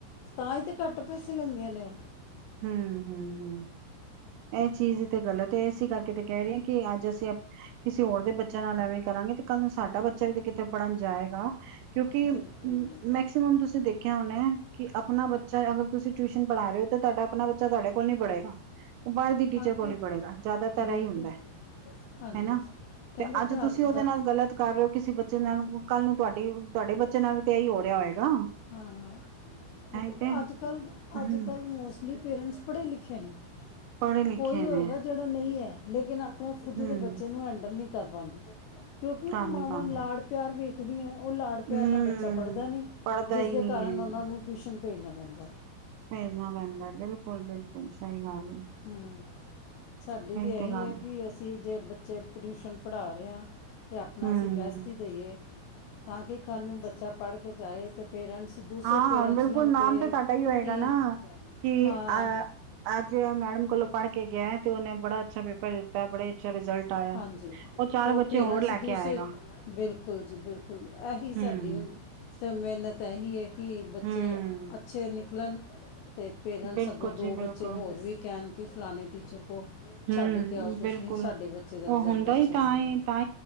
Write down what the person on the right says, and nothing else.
ਹੂ, ਹੂ, ਹੂ। ਏ ਚੀਜ ਤੇ ਗਲਤ ਏ ਏਸੀ ਕਾਰਕੇ ਤੇ ਕੈਰੀ ਆਂ ਕਿ ਆੱਜ ਅਸੀ ਅਪ ਕਿਸੇ ਹੋਰ ਦੇ ਬੱਚੇਆਂ ਨਾਲ ਐਵੇਂ ਕਰਾਂਗੇ, ਤੇ ਕਾਲ ਨੂੰ ਸਾਡਾ ਬੱਚਾ ਵੀ ਤੇ ਕਿਤੇ ਪੜਨ ਜਾਏਗਾ ਕਿਉਂਕਿ
ਮੈਕਸੀਮਮ ਤੂਸੀ ਦੇਖੇਆ ਹੋਨਾ, ਕਿ ਅਪਨਾ ਬੱਚਾ ਅਗਰ ਤੂਸੀ ਟਵੀਸ਼ਨ ਪੜਾ ਰੇ ਓ ਤੇ ਤੂਆਡਾ ਅਪਨਾ ਬੱਚਾ ਤੂਆਡੇ ਕੋਲ ਨੀ ਪੜੇਗਾ ਓ ਬਾਰ ਦੀ ਟੀਚਰ
ਕੋਲ
ਈ ਪੜੇਗਾ ਜਾਦਾਤਰ
ਏਈ ਹੁੰਦੈ।
ਹੇਨਾ,
ਤੇ ਆੱਜ
ਤੂਸੀ ਓਦੇ
ਨਾਲ ਗਲਤ ਕਾਰ ਰੇ ਓ ਕਿਸੀ ਬ ਬੱਚੇ ਨਾਲ ਕਾਲ ਨੂੰ ਤੁਆਡੀ, ਤੁਹਾਡੇ ਬੱਚੇ ਨਾਲ ਵੀ ਤੇ ਏਈ ਹੋ ਰੇਆ ਹੋਏਗਾ।
ਇਹੀ ਤੇ
ਹਮ
ਪੜ੍ਹੇ ਲਿਖੇ
ਨੇ
ਹਮ
ਕਰ
ਨੀ ਪਾਉਂਦੇ
ਹਮ
ਪੜ੍ਹਦਾ
ਹੀ
ਨਹੀਂ
ਹੈ
ਭੇਜਣਾ ਪੈਂਦਾ ਬਿਲਕੁਲ ਬਿਲਕੁਲ ਸਹੀ ਗੱਲ ਹੈ।
ਤੇ ਗੱਲ
ਹਮ
ਹਾਂ
ਬਿਲਕੁਲ
ਨਾਮ
ਤਾਂ ਸਾਡਾ ਹੀ ਹੋਏਗਾ
ਨਾ ਕਿ
ਅ ਅੱਜ ਮੈਡਮ ਕੋਲੋਂ ਪੜ੍ਹ ਕੇ ਗਿਆ ਤੇ ਉਹਨੇ ਬੜਾ ਅੱਛਾ ਪੇਪਰ ਦਿੱਤਾ ਬੜੇ ਅੱਛਾ ਰਿਜ਼ਲਟ
ਉਹ ਚਾਰ ਬੱਚੇ
ਹੋਰ ਲੈ
ਕੇ ਆਏਗਾ।
ਹਮ
ਹਮ
ਬਿਲਕੁਲ
ਜੀ ਬਿਲਕੁਲ
ਹੂੰ
ਬਿਲਕੁਲ
ਉਹ
ਹੁੰਦਾ
ਹੀ ਤਾਂ
ਹੀ ਤਾਂ